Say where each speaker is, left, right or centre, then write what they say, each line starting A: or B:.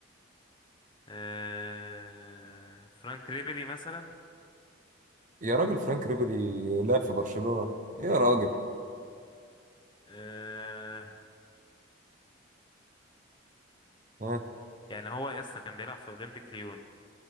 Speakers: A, on the left; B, on the right.
A: آه... فرانك ريبيري مثلا
B: يا راجل فرانك ريبيري لعب في برشلونة يا راجل
A: آه...
B: ها
A: يعني هو يا اسطى كان بيلعب في اولمبيك ليون